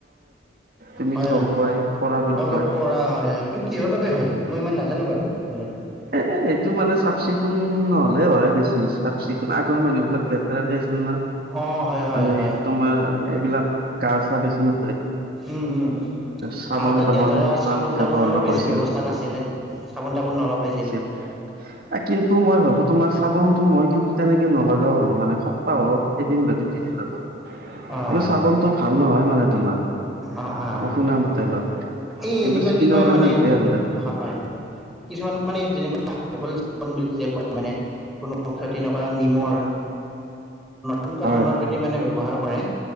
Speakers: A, on the right (about 55°); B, in the centre.
A: তুমিতো
B: হয়
A: গম
B: হয়
A: পোৱাই ফৰা বুলি
B: অক
A: কয়
B: কৰা হয় হয়। এইটো কিহৰ বাবে হয়? মই ইমান নাজানো বাৰু ভালদৰে
A: এ, এইটো মানে চাফ - চিকুণ নহ'লে হয় বেছি চাফ - চিকুণ আগৰ মানুহ বিলাক লেটেৰা মানে
B: অঁ হয় হয় হয়
A: তোমাৰ এইবিলাক গা চা বেছি নু
B: উম উম
A: চাবোন
B: আৰু তাতে
A: তাবোন
B: ধৰা
A: ইমান
B: চাবোন
A: ব্যৱহাৰ
B: তাবোনৰো
A: নকৰিছিল
B: বেছি ব্যৱস্থা নাছিলে। চাবোন তাবোন নলগাই যে
A: এ কিন্তু, মই ভাবো তোমাৰ চাবোনটো মই কিন্তু তেনেকে নলগাওঁ মানে সপ্তাহত এদিন বা দুদিনে লগাওঁ
B: অঁ
A: এইটো চাবোনটো ভাল নহয় মানে তোমাৰ
B: অঁ অঁ
A: শুনা মতে অলপ
B: এই
A: কিন্তু
B: এনেকুৱা
A: স্কিনৰ
B: কি কয়
A: কাৰণে
B: মানে,
A: বেয়া বোলে।
B: হয়, কিছুমান বুলি কয় <unintelligible> মানে কোনো কতি নকৰা নিমৰ এনেকুৱা
A: হয়
B: ধৰণৰ যদি মানে ব্যৱহাৰ কৰে।